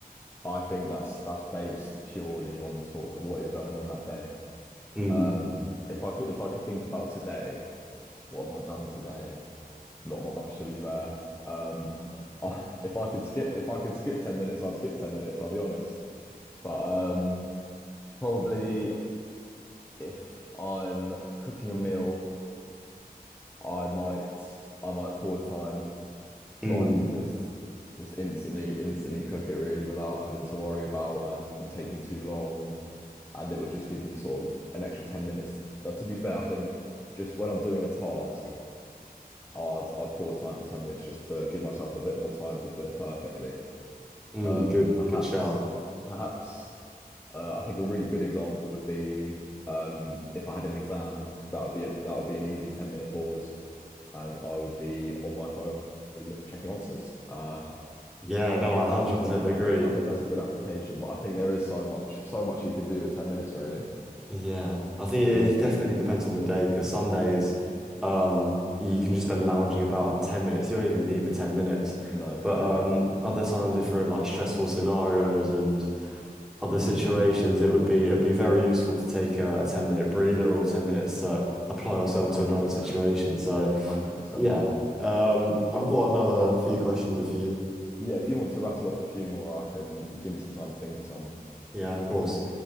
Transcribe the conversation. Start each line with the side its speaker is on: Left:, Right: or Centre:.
Left: I think that's that's based purely on sort of what is going on that day.
Centre: Hmm.
Left: Um, if I could if I could think about today, what have I done today? Not much, to be fair. Um, <laughs> I, if I could skip if I could skip 10 minutes, I'd skip 10 minutes, I'll be honest. But um, probably if I'm cooking a meal, I might I might pause time
Centre: Hmm.
Left: so I can just just instantly instantly cook it really without having to worry about um taking too long, and it would just give me sort of an extra 10 minutes. Now, to be fair, I think just when I'm doing a task, I'd I'd pause time for 10 minutes just to give myself a bit more time to do it perfectly.
Centre: Hmm.
Left: Um,
Centre: Good,
Left: perhaps
Centre: good shout.
Left: Mm. perhaps Uh, I think a really good example would be um, if I had an exam, that would be an, that would be an easy 10 minute pause and I would be on my phone checking answers. Uh,
Centre: Yeah, no, I 100%
Left: that I think
Centre: agree.
Left: I think I think that's a good application, but I think there is so much so much you can do with 10 minutes really.
Centre: Yeah, I think it
Left: Mm,
Centre: definitely depends on the day because some days um, you can just spend lounging about in 10 minutes. You don't even need
Left: mm.
Centre: the 10 minutes.
Left: No, exactly.
Centre: But um, other times, if we're in like stressful scenarios and other
Left: Mm,
Centre: situations, it would be it'd be very useful to take a, a 10 minute breather or 10 minutes to apply yourself
Left: oh, 100%,
Centre: to another situation. So
Left: 100%.
Centre: yeah, um, I've got another few questions if you,
Left: Yeah, if you want to rattle off a few more, I can give me some time to think of some.
Centre: yeah, of course.